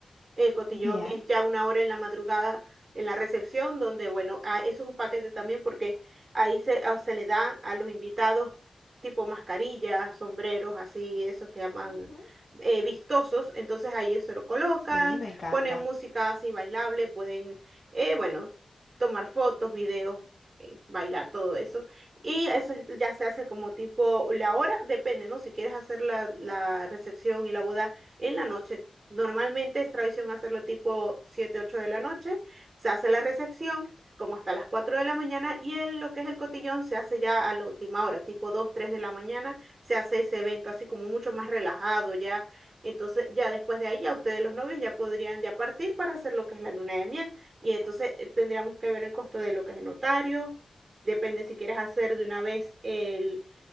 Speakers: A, on the right; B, on the left.
A: el cotillón
B: Bien.
A: es ya una hora en la madrugada en la recepción, donde, bueno, ah, eso es un paquete también porque ahí se, ah, se le da a los invitados tipo mascarillas, sombreros, así, esos que llaman
B: ujú,
A: eh, vistosos. Entonces ahí eso lo colocan,
B: Sí, me encanta.
A: ponen música así bailable, pueden, eh, bueno, tomar fotos, videos, eh, bailar, todo eso. Y eso es- ya se hace como tipo la hora, depende, ¿no? Si quieres hacer la, la recepción y la boda en la noche Normalmente es tradición hacerlo tipo 7 8 de la noche. Se hace la recepción como hasta las 4 de la mañana y el, lo que es el cotillón se hace ya a la última hora, tipo 2 3 de la mañana. Se hace ese evento así como mucho más relajado ya. Entonces ya después de ahí ya ustedes los novios ya podrían ya partir para hacer lo que es la luna de miel. Y entonces eh, tendríamos que ver el costo de lo que es el notario. Depende si quieres hacer de una vez el